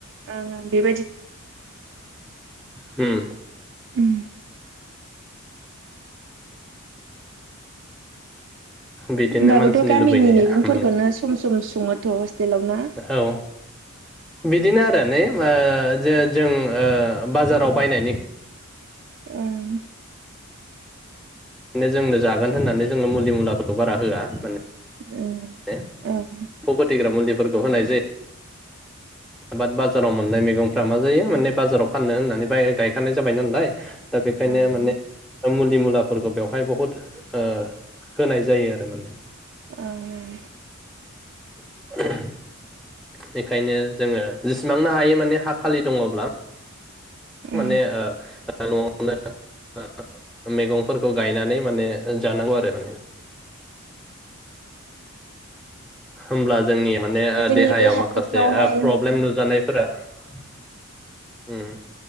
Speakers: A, on the right; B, in the centre.
A: ओं ओं बेबायदि
B: हम
A: उम
B: बिदिनो
A: होनोमबाबोथ
B: मानसिनि
A: गामिनि
B: लुबैनाया
A: मैगंफोरखौनो
B: माने
A: सम सम संङोथ हस्टेलाव ना
B: औ बिदिनो आरो ने ओ जो जों ओ बाजाराव बायनायनि
A: ओं
B: जोंनो जागोन होननानै जों नो मुलि मुलाफोरखौ बारा होआ माने
A: उम
B: ए एम्फौ
A: ओं
B: फथैग्रा मुलिफोरखौ होनाय जायो बाद बाजाराव मोननाय मैगंफ्रा मा जायो माने बाजाराव फाननो होननानै बाय-गायखानाय जाबाय नालाय दा बेखायनो
A: ओं
B: माने मुलि मुलाफोरखौ बेवहाय बहुद ओ होनाय जायो आरो माने
A: ओं ओं
B: <unintelligible> बेखायनो जोङो जेसेबांनो हायो माने हा खालि दङब्ला
A: ओं
B: माने ओ नआवनो ओ मैगंफोरखौ गायनानै माने ओ जानांगौ आरो माने होमला जोंनि माने ओ
A: जोंनि
B: देहायाव
A: बे हाथायफ्रावहाय
B: माखासे ओ प्रब्लेम
A: मैगं
B: नुजानायफोरा हम